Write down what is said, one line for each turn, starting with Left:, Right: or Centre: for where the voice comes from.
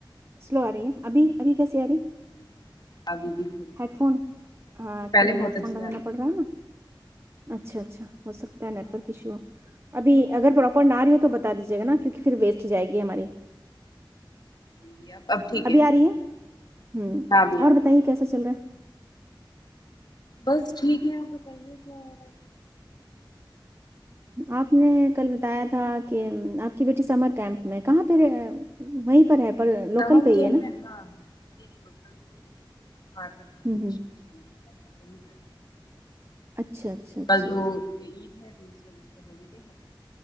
Right: سلو آ رہی ہے ابھی ابھی کییسی اری ہیں
Left: جی ابھی بھی تھوڑی
Right: ہیڈ
Left: سلو
Right: فون
Left: ہے،
Right: ہاں
Left: اس سے
Right: ایکچولی
Left: پہلے
Right: ہیڈ
Left: بہت اچھی
Right: فون لگانا
Left: آ رہی
Right: پڑ
Left: تھی
Right: رہا ہے نا اچھا اچھا ہو سکتا ہے نیٹورک ایشو ابھی اگر پراپر نہ رہی ہو تو بتا دیجی گا کیونک پھر ویسٹ ا جائے گی ہماری
Left: جی جی اب اب ٹھیک
Right: ابھی آ رہی ہے
Left: ٹھیک
Right: ہ
Left: ہاں ابھی آ
Right: اور
Left: رہی
Right: بتائیے
Left: ہے
Right: کیسا چل رہا ہے
Left: بس ٹھیک ہے آپ بتائیے کیا ہو رہا ہےز
Right: آپ نے کل بتایا تھا کہ آپ کی بیٹی سمر کیمپ میں کہاں پہ وہیں پر ہے
Left: <inaudible>
Right: پر لوکل پہ ہی ہے نا ہوں ہوں اچھا اچھا اچھا
Left: کل دو ہے تو اس وجہ سے ہوالیڈے ہے